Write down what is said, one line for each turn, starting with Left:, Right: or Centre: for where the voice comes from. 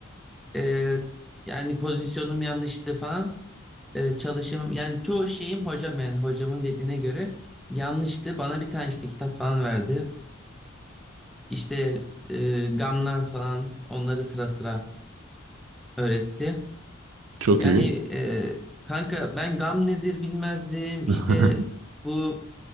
Centre: e, yani pozisyonum yanlıştı falan e, çalışım yani çoğu şeyim hocam yani hocamın dediğine göre yanlıştı bana bir tane işte kitap falan verdi İşte e, gamlar falan onları sıra sıra öğretti.
Right: Çok
Centre: Yani
Right: iyi.
Centre: e, kanka ben gam nedir bilmezdim.
Right: <laughs>
Centre: İşte bu